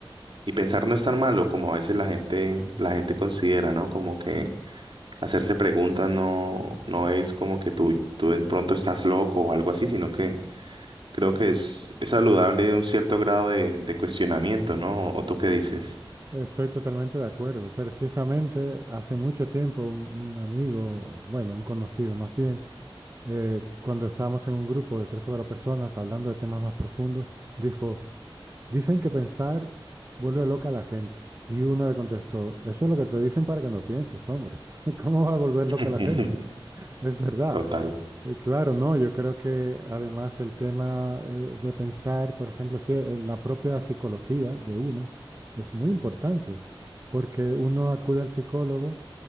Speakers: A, on the right; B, on the right.
A: y pensar no es tan malo como a veces la gente, la gente considera, ¿no? Como que hacerse preguntas no, no es como que tú, tú de pronto estás loco o algo así, sino que creo que es, es saludable un cierto grado de, de cuestionamiento, ¿no? ¿O tú qué dices?
B: Estoy totalmente de acuerdo. Precisamente hace mucho tiempo un, un amigo, bueno, un conocido más bien, eh, cuando estábamos en un grupo de tres o cuatro personas hablando de temas más profundos, dijo, dicen que pensar vuelve loca a la gente. Y uno le contestó, eso es lo que te dicen para que no pienses, hombre. <laughs> ¿Cómo va a volver
A: <laughs>
B: loca a la gente? <laughs> Es verdad.
A: Total.
B: Eh, Claro, no, yo creo que además el tema eh, de pensar, por ejemplo, sí, eh, la propia psicología de uno es muy importante, porque uno acude al psicólogo